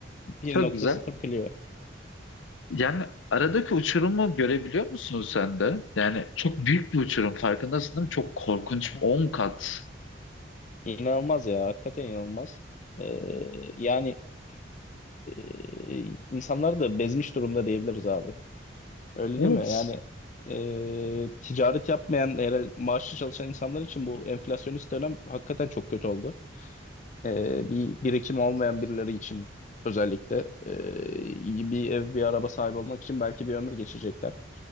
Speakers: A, on the left (about 40°); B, on the left (about 80°).
A: 1.0
B: çok güzel.
A: Clio.
B: Yani aradaki uçurumu görebiliyor musun sen de? Yani çok büyük bir uçurum farkındasın değil mi? Çok korkunç
A: Aha.
B: 10 kat.
A: İnanılmaz ya. Hakikaten inanılmaz. Ee, yani e, insanları da bezmiş durumda diyebiliriz abi. Öyle değil
B: Evet.
A: mi? Yani e, ticaret yapmayan, eğer maaşlı çalışan insanlar için bu enflasyonist dönem hakikaten çok kötü oldu. e, bir birikim olmayan birileri için özellikle e, iyi bir ev, bir araba sahibi olmak için belki bir ömür geçirecekler.